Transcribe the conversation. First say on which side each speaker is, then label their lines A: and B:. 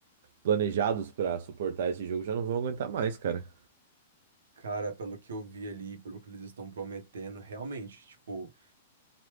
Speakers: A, on the right; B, on the right.
A: planejados pra suportar esse jogo já não vão aguentar mais, cara.
B: Cara, pelo que eu vi ali, pelo que eles estão prometendo, realmente, tipo.